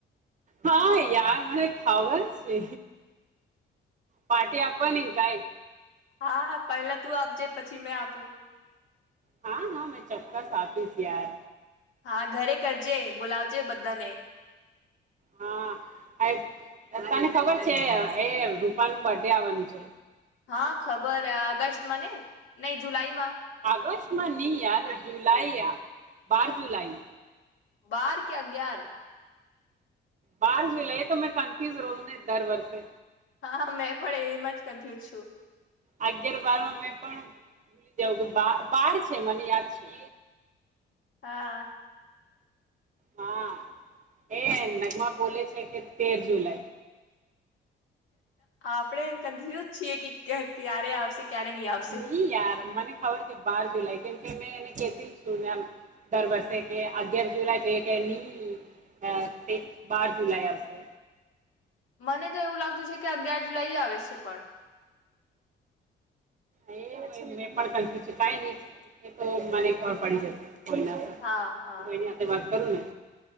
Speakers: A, on the right (about 40°); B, on the left (about 75°).
A: હા યાર મને એક ખવા છે. પાર્ટી આપવાની કાઈ.
B: હા, પહેલા તું આપજે પછી મેં આપું.
A: હા હા મેં ચક્કસ આપીશ યાર.
B: હા, ઘરે કરજે બોલાવજે બધાને.
A: હા, આ તને ખબર છે એ રૂપા નું બર્થડે આવવાનું છે?
B: હા, ખબર ઓગસ્ટ માં ને નઈ જુલાઈ માં.
A: ઓગસ્ટમાં ની યાર જુલાઈ યા બાર જુલાઈ.
B: બાર કે અગિયાર?
A: બહાર જ લઈએ તો મે કન્ફ્યુઝ રહું ને દર વર્ષે.
B: હા, મેં પણ એમાં જ કન્ફ્યુઝ છું.
A: અગિયાર બાર મે પણ ભૂલી જવ કે બા બાર છે મને યાદ છે.
B: હા.
A: હા, એ નગમા બોલે છે કે તેર જુલાઈ.
B: આપણેે કોન્ફુસ્ છીએ કે ક ક્યારે આવશે. ક્યારે નહી આવશે.
A: નહીયાર મને ખબર કે બાર જુલાઈ કેમ કે મેં એને કેતી છું મેમ દર વર્ષે કે અગિયાર જુલાઈ તો એકે ની અ તે બાર જુલાઈ આવશે.
B: મને તો એવું લાગતું છે કે અગિયાર જુલાઈ આવે છે પણ.
A: એ મે પણ કન્ફ્યુ છું કઈ ન એ તો મને ખબર પડી જશે. કોઈના
B: હા હા
A: કોઈની સાથે વાત કરું ને